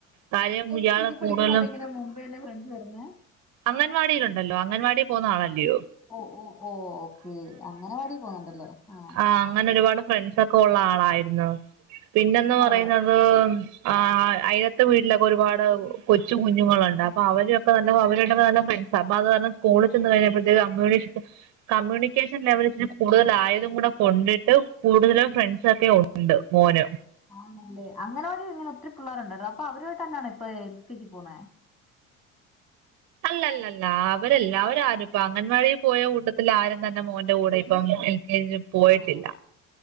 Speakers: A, on the right; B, on the left.
A: കാര്യം
B: എൽ
A: ഇയാള്
B: കെ ജി
A: കൂടുതലും
B: പഠിക്ക്ണ <unintelligible> മുമ്പെന്നെ ഫ്രണ്ട്സ് വരുന്നെ.
A: അംഗൻവാടിയിലുണ്ടല്ലോ അംഗൻവാടി പോവുന്ന ആളല്ലിയോ.
B: ഓഹ് ഓഹ് ഓഹ് ഓക്കേ അങ്ങനവാടി പോവ്ണ്ട്ല്ലേ ആഹ്.
A: ആഹ് അങ്ങനെ ഒരുപാട് ഫ്രണ്ട്സ് ഒക്കെ ഉള്ള ആളായിരുന്നു പിന്നന്ന് പറയുന്നത്
B: ഓ
A: ആഹ് അയ്ലത്തെ വീട്ടിലൊക്കെ ഒരുപാട് കൊച്ചു കുഞ്ഞുങ്ങളുണ്ട്
B: ആഹ്
A: അപ്പൊ അവരൊക്കെ നല്ല അവരുടൊക്കെ നല്ല ഫ്രണ്ട്സാ അപ്പ അത് കാര്ണം സ്കൂള് ചെന്ന്
B: ഓ
A: കഴിഞ്ഞപ്പോഴ്ത്തേനും <unintelligible> കമ്മ്യൂണിക്കേഷൻ ലെവല് ത്തിരി കൂടുതലായതും കൂടെ കൊണ്ടെയ് കൂടുതലും ഫ്രണ്ട്സ ഒക്കെ ഉണ്ട് മോന്.
B: ആണെല്ലെ, അങ്ങനെ ഒരു ഇങ്ങനെ ത്തിരി പിള്ളേരുണ്ട് അപ്പൊ അവരു ആയിട്ട്ന്നേണ് ഇപ്പേ എൽ ക്കേ ജി പോവുന്നേ.
A: അല്ലല്ലല്ല ആവരേല്ലാ അവര് ആരുംപ്പ അംഗൻവാടി പോയ കൂട്ട ല്ലാ ആരും തന്നെ മോന്റെ കൂടെ ഇപ്പം എൽ കെ ജി പോയിട്ടില്ല
B: ആണോ